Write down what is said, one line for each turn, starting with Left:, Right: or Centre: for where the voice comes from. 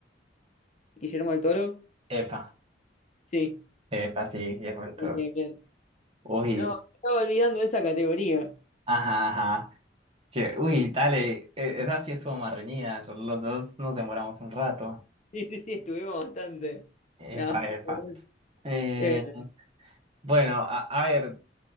Left: Guillermo del Toro.
Right: Epa.
Left: Sí.
Right: Epa, sí, Guillermo del Toro.
Left: Bien, bien,
Right: Uy,
Left: No, me estaba olvidando de esa categoría.
Right: Ajá, ajá. que, uy, dale, e- esa sí estuvo más reñida. Los, los dos nos demoramos un rato.
Left: Sí, sí, sí, estuvimos bastante.
Right: Epa,
Left: No, estuvo
Right: epa.
Left: bien.
Right: Eh,
Left: Eh,
Right: bueno, a, a ver.